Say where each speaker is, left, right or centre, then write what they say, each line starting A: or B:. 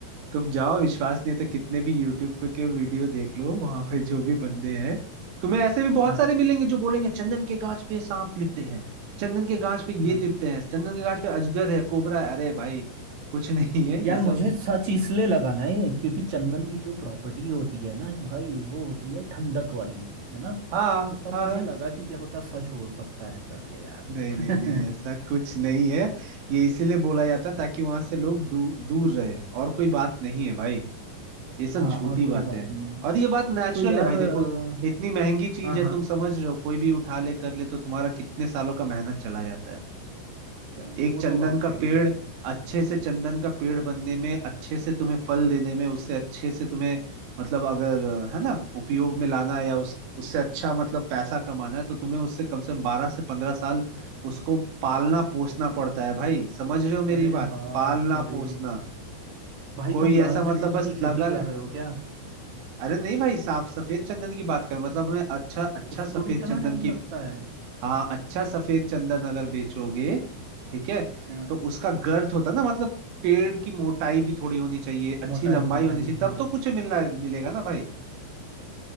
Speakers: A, on the right (about 80°); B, on the right (about 45°).
A: तुम जाओ विश्वास नहीं है तो कितने भी यूट्यूब पे के वीडियो देख लो वहां पे जो भी बंदे हैं तुम्हें ऐसे भी बहुत
B: हाँ
A: सारे मिलेंगे जो बोलेंगे चंदन के गाछ पे सांप लिपटे हैं चंदन के गाछ पे ये
B: हाँ
A: लिपटे हैं चंदन के गाछ पे अजगर है कोबरा है अरे भाई कुछ <laughs> नहीं है ये
B: यार
A: सब
B: मुझे सच इसलिए लगा ना ये क्योंकि चंदन की जो प्रॉपर्टी होती है ना भाई वो होती है ठंडक वाली है ना
A: हाँ
B: तो तब
A: हाँ
B: मुझे लगा कि क्या पता सच हो सकता है करके यार
A: नहीं नहीं
B: <laughs>
A: नहीं ऐसा कुछ नहीं है ये इसीलिए बोला जाता है ताकि वहां से लोग दू, दूर रहे और कोई बात नहीं है भाई ये सब
B: हाँ
A: झूठी
B: और कोई
A: बातें
B: बात
A: हैं
B: नहीं है
A: और ये बात नेचुरल
B: तो यार
A: है भाई
B: अ,
A: देखो इतनी महंगी चीज
B: हाँ
A: है
B: हाँ
A: तुम समझ रहे हो कोई भी उठा ले कर ले तो तुम्हारा कितने सालों का मेहनत चला जाता है
B: च-
A: एक
B: वो
A: चंदन
B: तो बात
A: का
B: है ही
A: पेड़
B: भाई
A: अच्छे से चंदन का पेड़ बनने में अच्छे से तुम्हें फल देने में उससे अच्छे से तुम्हें मतलब अगर है ना उपयोग में लाना है या उस उससे अच्छा मतलब पैसा कमाना है तो तुम्हें उससे कम से कम बारह से पंद्रह साल उसको पालना पोसना पड़ता है भाई समझ रहे हो मेरी
B: अरे
A: बात
B: बाप
A: पालना
B: रे
A: पोसना
B: भाई
A: कोई
B: तुम लाल
A: ऐसा
B: चंदन
A: मतलब बस
B: की
A: लगा
B: खेती कर
A: ले
B: रहे हो क्या
A: अरे नहीं भाई साफ सफेद चंदन की बात कर मतलब मैं अच्छा अच्छा
B: उसको
A: सफेद
B: भी इतना
A: चंदन
B: टाइम
A: की
B: लगता है
A: हाँ अच्छा सफेद चंदन अगर बेचोगे ठीक है
B: हाँ,
A: तो उसका गर्थ होता है ना मतलब पेड़ की मोटाई भी थोड़ी होनी चाहिए अच्छी
B: मोटाई
A: लंबाई
B: मोटाई
A: होनी चाहिए
B: हाँ
A: तब तो कुछ मिलना मिलेगा ना भाई